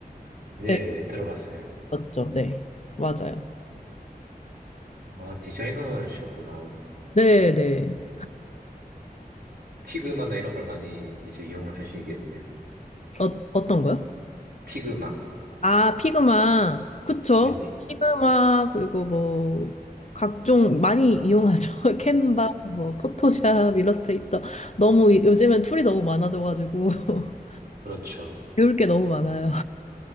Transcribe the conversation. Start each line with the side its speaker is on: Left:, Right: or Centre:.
Right: 네,
Left: 네
Right: 들어봤어요.
Left: 맞죠? 네 맞아요.
Right: 아, 디자이너셨구나.
Left: 네네
Right: 피그마나 이런 걸 많이 이제 이용을 하시겠네요.
Left: 어, 어떤 거요?
Right: 피그마.
Left: 아, 피그마. 그쵸?
Right: 네네.
Left: 피그마, 그리고 뭐, 각종 많이 이용하죠. <laughs> 캔바, 뭐, 포토샵, 일러스트레이터. 너무, 이- 요즘엔 툴이 너무 많아져가지고, <laughs>
Right: 그렇죠.
Left: 배울 게 너무 많아요.